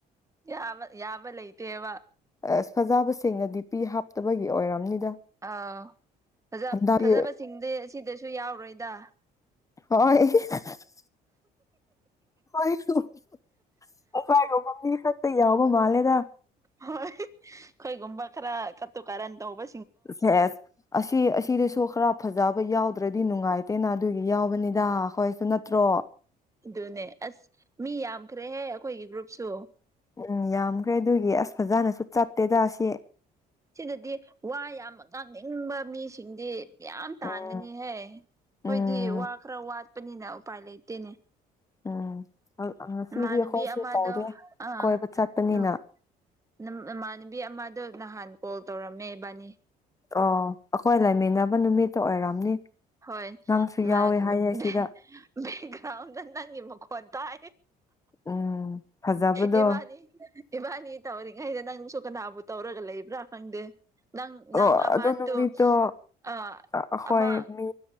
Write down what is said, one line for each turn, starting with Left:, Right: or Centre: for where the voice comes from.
Right: ꯌꯥꯕ ꯌꯥꯕ ꯂꯩꯇꯦꯕꯥ
Left: ꯑꯁ ꯐꯖꯕꯁꯤꯡꯅ ꯗꯤ ꯄꯤ ꯍꯥꯞꯇꯕꯒꯤ ꯑꯣꯏꯔꯝꯅꯤꯗ
Right: ꯑꯥꯎ ꯐꯖ
Left: ꯍꯟꯗꯛꯀꯤ
Right: ꯐꯖꯕꯁꯤꯡꯗꯤ ꯑꯁꯤꯗꯁꯨ ꯌꯥꯎꯔꯣꯏꯗ
Left: ꯍꯣꯏ <unintelligible> ꯑꯩꯈꯣꯏꯒꯨꯝꯕ ꯃꯤ ꯈꯛꯇ ꯌꯥꯎ ꯨ ꯕ ꯃꯥꯜꯂꯦꯗ
Right: ꯍꯣꯏ ꯑꯩꯈꯣꯏꯒꯨꯝꯕ ꯈꯔ ꯀꯥꯇꯨ ꯀꯥꯔꯟ ꯇꯧꯕ
Left: ꯁꯦꯁ ꯑꯁꯤ ꯑꯁꯤꯗꯁꯨ ꯈꯔ ꯐꯖꯕ ꯌꯥꯎꯗ꯭ꯔꯗꯤ ꯅꯨꯡꯉꯥꯏꯇꯦꯅ ꯑꯗꯨꯒꯤ ꯌꯥꯎꯕꯅꯤꯗ ꯑꯈꯣꯏꯁꯨ ꯅꯠꯇ꯭ꯔꯣ
Right: ꯑꯗꯨꯅꯦ ꯑꯁ ꯃꯤ ꯌꯥꯝꯈ꯭ꯔꯦꯍꯦ ꯑꯩꯈꯣꯏꯒꯤ ꯒ꯭ꯔꯨꯞꯁꯨ
Left: ꯎꯝ ꯌꯥꯝꯈ꯭ꯔꯦ ꯑꯗꯨꯒꯤ ꯑꯁ ꯐꯖꯅꯁꯨ ꯆꯠꯇꯦꯗ ꯑꯁꯤ
Right: ꯁꯤꯗꯗꯤ ꯋꯥ ꯌꯥꯝꯅ ꯉꯥꯡꯅꯤꯡꯕ ꯃꯤꯁꯤꯡꯗꯤ ꯌꯥꯝ ꯇꯥꯟꯒꯅꯤꯍꯦ
Left: ꯎꯝ
Right: ꯈꯣꯏꯗꯤ
Left: ꯎꯝ
Right: ꯋꯥ ꯈꯔ ꯋꯥꯠꯄꯅꯤꯅ ꯎꯄꯥꯏ ꯂꯩꯇꯦꯅꯦ
Left: ꯎꯝ ꯉꯁꯤꯗꯤ
Right: ꯏꯃꯥꯟꯅꯕꯤ
Left: ꯑꯩꯈꯣꯏꯁꯨ
Right: ꯑꯃꯗꯣ
Left: ꯇꯧꯗꯦ
Right: ꯑꯥ
Left: ꯀꯣꯏꯕ ꯆꯠꯄꯅꯤꯅ
Right: <unintelligible> ꯅꯝ ꯅꯃꯥꯟꯅꯕꯤ ꯑꯃꯗꯣ ꯅꯍꯥꯟ ꯀꯣꯜ ꯇꯧꯔꯝꯃꯦ ꯏꯕꯥꯅꯤ
Left: ꯑꯣ ꯑꯈꯣꯏ ꯂꯩꯃꯤꯟꯅꯕ ꯅꯨꯃꯤꯠꯇꯣ ꯑꯣꯏꯔꯝꯅꯤ
Right: ꯍꯣꯏ
Left: ꯅꯪꯁꯨ
Right: <unintelligible>
Left: ꯌꯥꯎꯋꯦ ꯍꯥꯏꯌꯦ ꯁꯤꯗ
Right: ꯕꯦꯛꯒ꯭ꯔꯥꯎꯟꯗ ꯅꯪꯒꯤ ꯃꯈꯣꯟ ꯇꯥꯏ
Left: ꯎꯝ ꯐꯖꯕꯗꯣ
Right: ꯏꯕꯥꯅꯤ ꯏꯕꯥꯅꯤ ꯇꯧꯔꯤꯉꯩꯗ ꯅꯪꯁꯨ ꯀꯅꯥꯕꯨ ꯇꯧꯔꯒ ꯂꯩꯕ꯭ꯔꯥ ꯈꯪꯗꯦ ꯅꯪ ꯅꯪ
Left: ꯑꯣ
Right: ꯑꯃ
Left: ꯑꯗꯨ ꯅꯨꯃꯤꯠꯇꯣ
Right: ꯇꯨ ꯑꯥ
Left: ꯑꯩꯈꯣꯏ
Right: ꯑꯃ
Left: ꯃꯤ